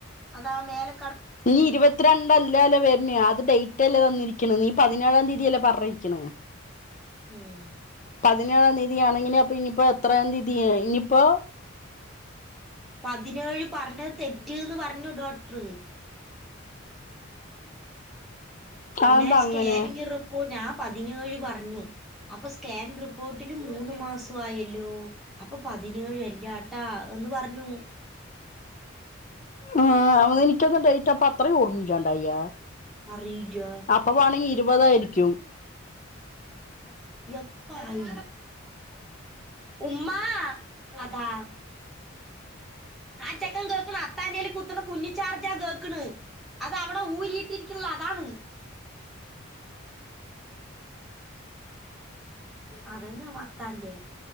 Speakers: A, in the centre; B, on the left (about 40°).
A: അതാ മേലേ
B: ഈ ഇരുപത്തിരണ്ടല്ലല്ലോ വര്നെ ത് ഡേറ്റ് അല്ലേ തന്നിരിക്കണ് നീ പതിനേഴാം തീയതിയല്ലേ പറഞ്ഞിരിക്കണ്
A: ഉം
B: പതിനേഴാം തീയതിയാണെങ്കിനി അപ്പൊ ഇനിയിപ്പോ എത്ര തീയതി ഇനിയിപ്പോ
A: പതിനേഴ് പറഞ്ഞത് തെറ്റീന്ന് പറഞ്ഞു ഡോക്ടർ അല്ല ആ <unintelligible> പെണ്ണേ
B: അതെന്താ
A: സ്കാനിങ്ങ്
B: അങ്ങനെ
A: റിപ്പോ ഞാ പതിനേഴ് പറഞ്ഞു അപ്പൊ സ്കാൻ റിപ്പോർട്ടില് മൂന്ന് മാസായല്ലോ അപ്പൊ പതിനേഴ് അല്ലാട്ടാ എന്ന് പറഞ്ഞു
B: ആ അവനിക്കെന്താ ഡേ ൻക്ക്പ്പത്ര ഓർമില്ല വയ്യ
A: അറിയില്ല
B: അപ്പൊ വാണെങ്കി ഇരുപതായിരിക്കും
A: എപ്പായി ഉമ്മ അതാ ആ ചെക്കൻ കേൾക്കണ് അത്താന്റെല് കുത്തണ കുഞ്ഞി ചാർജാ കേക്ക്ണ് അത് അവിടെ ഊരിയിട്ടിരിക്ക്ള്ളെ അതാണ് അതെന്നെ അത്താന്റെ